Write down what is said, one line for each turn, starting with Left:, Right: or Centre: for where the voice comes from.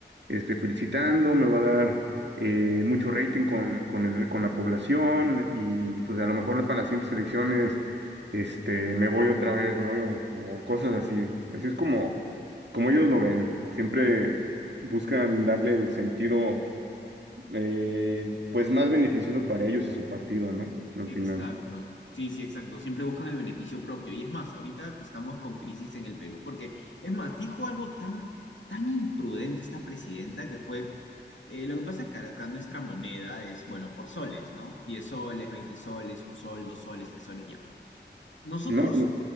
Right: este, felicitando, me va a dar eh, mucho rating con, con el, con la población y pues a lo mejor para las siguientes elecciones este, me voy otra vez, ¿no? O, o cosas así. Así es como, como ellos lo ven. Siempre buscan darle el sentido eh, pues más beneficioso para ellos y su partido, ¿no? Al
Left: Exacto.
Right: final.
Left: Sí, sí, exacto. Siempre buscan el beneficio propio. Y es más, ahorita que estamos con crisis en el Perú, porque es más, dijo algo tan, tan imprudente esta presidenta que fue, eh, lo que pasa es que acá nuestra moneda es, bueno, por soles, ¿no? 10 soles, 20 soles, un sol, dos soles, tres soles, ya. Nosotros,
Right: No me-